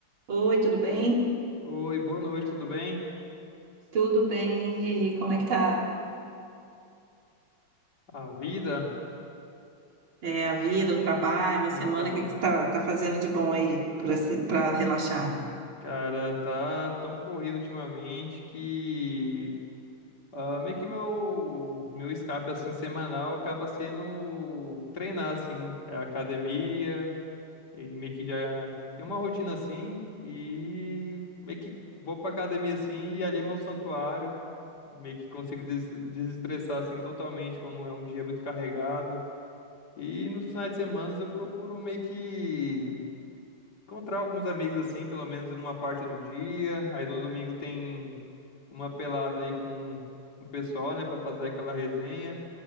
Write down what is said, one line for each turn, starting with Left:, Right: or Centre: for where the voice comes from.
Right: Oi, tudo bem?
Left: Oi, boa noite, tudo bem?
Right: Tudo bem? E aí, como é que tá?
Left: A vida?
Right: É, a vida, o trabalho, a
Left: Então,
Right: semana, o que que você tá tá fazendo de bom aí para relaxar?
Left: cara, tá tão corrido ultimamente que ah, meio que meu meu escape assim semanal acaba sendo treinar assim, é academia, e meio que já tem uma rotina assim e meio que vou pra academia assim e ali é meu santuário, meio que consigo des- desestressar assim totalmente quando é um dia muito carregado. E nos finais de semana eu procuro meio que Encontrar alguns amigos assim, pelo menos uma parte do dia. Aí no domingo tem uma pelada ali com o pessoal, né, Pra fazer aquela resenha.